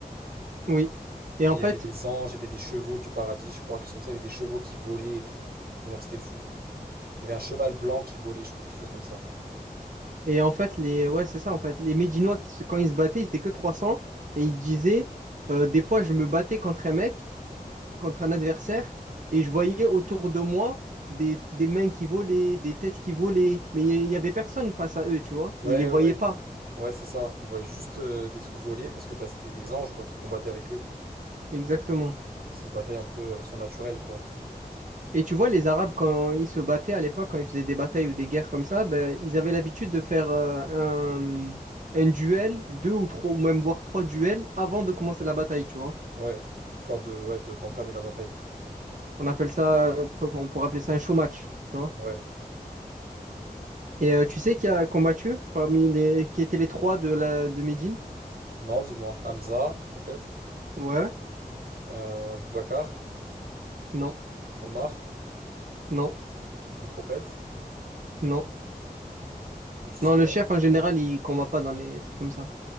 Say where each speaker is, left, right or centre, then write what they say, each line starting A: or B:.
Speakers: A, on the right (about 55°); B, on the right (about 80°).
A: Oui. Et en
B: Et il
A: fait,
B: y avait des anges, il y avait des chevaux du paradis, je crois, quelque chose comme ça, il y avait des chevaux qui volaient et tout. Tellement que c'était fou. Il y avait un cheval blanc qui volait, je crois, quelque chose comme ça.
A: et en fait les ouais, c'est ça en fait, les Médinois qui se- quand ils se battaient, ils étaient que 300 et ils disaient euh, des fois je me battais contre un mec contre un adversaire et je voyais autour de moi des, des mains qui volaient, des têtes qui volaient, mais il n'y avait personne face à eux, tu vois.
B: Ouais,
A: Ils les voyaient
B: ouais.
A: pas,
B: Ouais, c'est ça. Ils voyaient juste euh, des trucs voler parce que bah, c'était des anges, quoi, qui combattaient avec eux.
A: exactement.
B: C'est une bataille un peu euh, surnaturelle, quoi.
A: Et tu vois, les Arabes, quand ils se battaient à l'époque, quand ils faisaient des batailles ou des guerres comme ça, ben, ils avaient l'habitude de faire euh, un, un duel, deux ou trois, ou même voire trois duels avant de commencer la bataille, tu vois.
B: Ouais. Histoire de, ouais, de- d'entamer la bataille.
A: On appelle ça, euh, on pourrait appeler ça un show match, tu vois.
B: Ouais.
A: Et euh, tu sais qui a combattu parmi les, qui étaient les trois de la, de Médine?
B: Non, dis-moi. Hamza, peut-être.
A: Ouais,
B: Euh, Boubacar.
A: non,
B: Omar.
A: non.
B: Le prophète.
A: Non.
B: Euh, Je
A: Non,
B: sais pas.
A: le chef, en général, il combat pas dans les trucs comme ça.